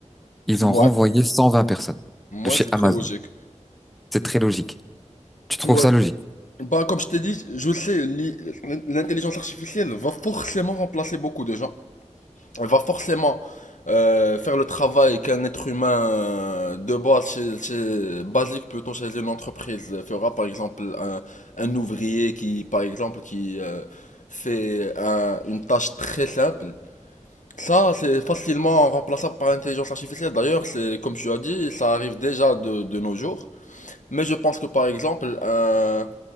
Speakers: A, in the centre; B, on the left (about 80°).
A: Ils
B: Ouais.
A: ont renvoyé 120 personnes
B: Moi,
A: de chez
B: c'est
A: Amazon.
B: très logique.
A: C'est très logique. Tu trouves
B: Ouais,
A: ça logique?
B: Bah, comme je t'ai dit, je sais, l'i- l'intelligence artificielle va forcément remplacer beaucoup de gens. Elle va forcément euh, faire le travail qu'un être humain euh, de base, chez, chez- basique plutôt chez une entreprise euh, fera. Par exemple, un, un ouvrier qui, par exemple, qui euh, fait un- une tâche très simple. Ça, c'est facilement remplaçable par l'intelligence artificielle. D'ailleurs, c'est comme tu as dit, ça arrive déjà de, de nos jours. Mais je pense que, par exemple, un